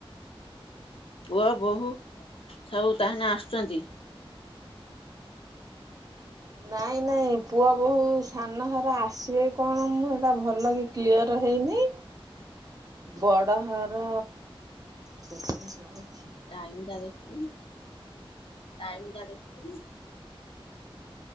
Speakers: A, on the left; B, on the right.
A: ପୁଅ ବୋହୂ ସବୁ ତାହେନେ ଆସୁଛନ୍ତି?
B: ନାଇଁ ନାଇଁ ପୁଅ ବୋହୂ ସାନ ହବ ଆସିବେ। କଣ ମୁଁ ଏଇଟା ଭଲ କି କ୍ଲିଅର ହେଇନି। ବଡ ହାର <unintelligible>
A: ଟାଇମ ଟା ଦେଖୁ ଥିନି। ଟାଇମଟା ଦେଖିବୁନି?